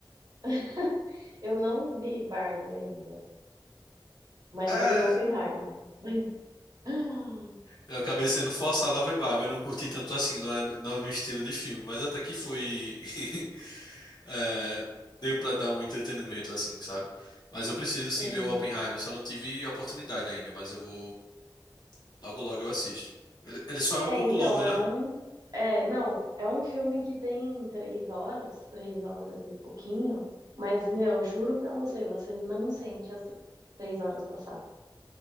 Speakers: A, on the right; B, on the left.
A: <laughs> Eu não vi Barbie ainda, mas
B: É,
A: eu vi Oppenheimer. <laughs>
B: eu acabei sendo forçado a ver Barbie. Eu não curti tanto assim, não é, não é meu estilo de filme, mas até que foi. <laughs> é, deu pra dar um entretenimento, assim, sabe? Mas eu preciso sim
A: Sim.
B: ver o Oppenheimer, só não tive a oportunidade ainda, mas eu vou. Logo, logo eu assisto. Ele, ele só é um
A: É,
B: pouco
A: então,
B: longo,
A: é
B: né?
A: um. É, não, é um filme que tem três horas, três horas e pouquinho, mas, meu, juro pra você, você não sente as três horas passar.